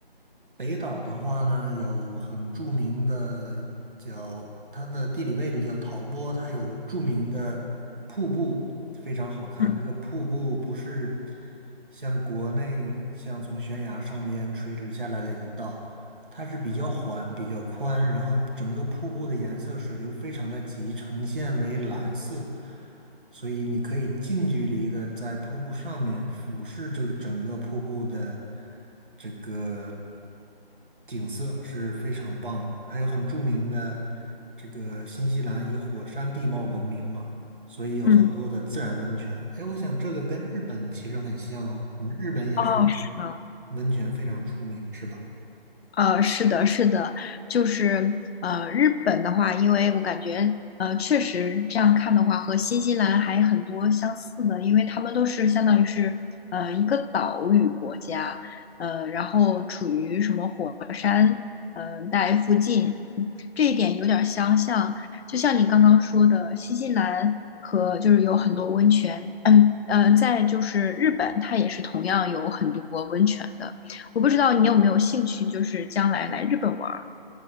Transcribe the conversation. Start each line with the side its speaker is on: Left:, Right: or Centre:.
Right: 北岛的话呢，有很著名的叫它的地理位置叫陶波，它有著名的瀑布，非常好看。
Left: 嗯
Right: 那个瀑布不是像国内像从悬崖上边垂直下来的一道，它是比较缓、比较宽，然后整个瀑布的颜色、水流非常的急，呈现为蓝色。所以你可以近距离的在瀑布上面俯视这个整个瀑布的这个景色是非常棒的，还有很著名的这个新西兰以火山地貌闻名嘛，所以有很多的自然温泉。
Left: 嗯，
Right: 哎，我想这个跟日本其实很像哦，你们日本也是
Left: 哦，是的。
Right: 温泉非常出名，是吧？
Left: 呃，是的，是的，就是呃，日本的话，因为我感觉呃，确实这样看的话，和新西兰还很多相似的，因为他们都是相当于是呃一个岛屿国家，呃，然后处于什么火山呃带附近，嗯这一点有点儿相像。就像你刚刚说的，新西兰和就是有很多温泉，嗯呃，在就是日本，它也是同样有很多温泉的。我不知道你有没有兴趣，就是将来来日本玩儿。